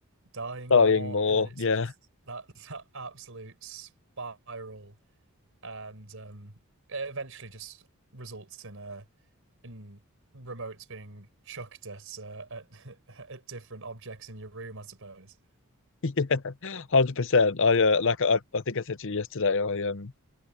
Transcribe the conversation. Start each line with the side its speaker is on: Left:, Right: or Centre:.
Right: dying
Left: dying
Right: more,
Left: more.
Right: and then it's
Left: Yeah.
Right: just that <laughs> that absolute spiral, and um, it eventually just results in a in remotes being chucked at uh, at <laughs> at different objects in your room, I suppose.
Left: Yeah, <laughs> 100%. I uh, like I, I think I said to you yesterday, I um